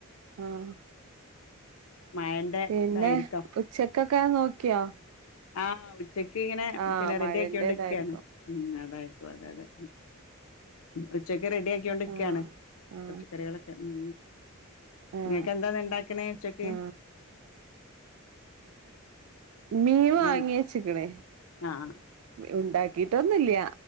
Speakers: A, on the right (about 80°); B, on the left (about 80°).
A: ആഹ്
B: മഴന്റെ
A: പിന്നെ
B: ഇതായിരിക്കാം
A: ഉച്ചക്കൊക്കെ നോക്കിയോ
B: ആഹ് ഉച്ചക്ക് ഇങ്ങനെ
A: ആ
B: പിന്നെ
A: മഴന്റേതായിരിക്കും
B: റെഡി ആക്കിയൊണ്ട് നിക്കാണ് ഉം അതായിരിക്കും അതെ അതെ ഉച്ചക്ക് റെഡിയ റെഡിയാക്കിക്കൊണ്ട്ക്കാണ്
A: ആ ആ
B: പച്ചക്കറികളൊക്കെ ഉം
A: ആ
B: നിങ്ങക്ക് എന്താ ഇന്ന് ഉണ്ടാക്കണേ ഉച്ചക്ക്
A: ആ മീൻ
B: ഇന്ന്
A: വാങ്ങി വച്ച്ക്ക്ണ്‌
B: ആഹ്
A: ഉണ്ടാക്കിട്ടൊന്നില്ല